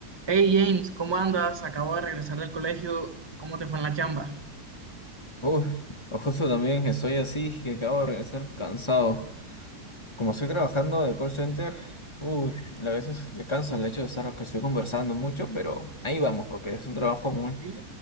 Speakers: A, on the right; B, on the left.
A: Hey James, ¿cómo andas? Acabo de regresar del colegio. ¿Cómo te fue en la chamba?
B: Uh, o justo también estoy así que acabo de regresar cansado. Como estoy trabajando de call center, uy, a veces te cansa el hecho de estar que estoy conversando mucho, pero ahí vamos, porque es un trabajo muy,
A: Sí,